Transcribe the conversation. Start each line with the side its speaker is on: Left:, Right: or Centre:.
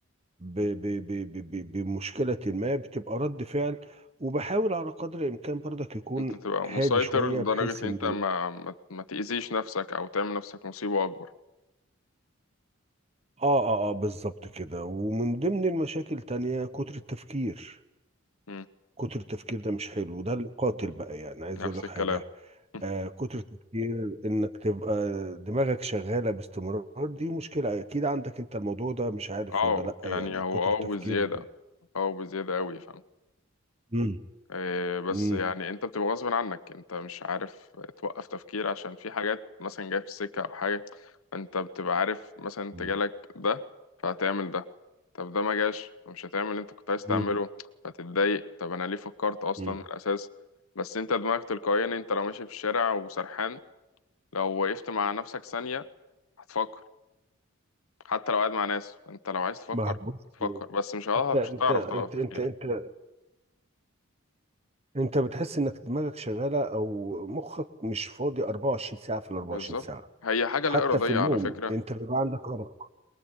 Right: ب- ب- ب- ب- ب- بمشكلة ما بتبقى رد فعل وبحاول على قدر الإمكان برضك يكون
Left: انت تبقى
Right: هادي
Left: مسيطر
Right: شوية
Left: لدرجة
Right: بحيث
Left: ان
Right: إن
Left: انت ما ما, ما تأذيش نفسك او تعمل نفسك مصيبة اكبر
Right: آه آه آه بالظبط كده ومن ضمن المشاكل تانية كتر التفكير
Left: مم.
Right: كتر التفكير ده مش حلو وده اللي قاتل بقى يعني عايز
Left: نفس
Right: أقول لك
Left: الكلام
Right: حاجة
Left: <laughs>
Right: آه كتر التفكير إنك تبقى دماغك شغالة باستمرار دي مشكلة أكيد عندك أنت الموضوع ده مش عارف
Left: اه
Right: ولا لأ
Left: يعني
Right: يعني
Left: هو
Right: كتر
Left: اه
Right: التفكير
Left: بزيادة
Right: ده
Left: اه بزيادة اوي فاهم
Right: مم.
Left: إيه، بس
Right: مم.
Left: يعني انت بتبقى غصب عنك انت مش عارف توقف تفكير عشان في حاجات مثلا جاية في السكة او حاجة انت بتبقى عارف مثلا انت
Right: مم.
Left: جالك ده فهتعمل ده طب ده ما جاش فمش هتعمل اللي انت كنت عايز
Right: مم.
Left: تعمله فتتضايق طب انا ليه فكرت اصلا
Right: مم.
Left: من الاساس بس انت دماغك تلقائيا انت لو ماشي في الشارع وسرحان لو وقفت مع نفسك ثانية هتفكر حتى لو قاعد مع ناس انت لو عايز تفكر
Right: ما هو بص
Left: هتفكر بس مش هتعرف
Right: انت انت
Left: مش هتعرف
Right: انت
Left: توقف تفكير
Right: انت انت انت بتحس انك دماغك شغاله او مخك مش فاضي 24 ساعه في ال 24
Left: بالظبط
Right: ساعه
Left: هي حاجة
Right: حتى
Left: لا إرادية
Right: في النوم
Left: على فكرة
Right: انت بيبقى عندك ارق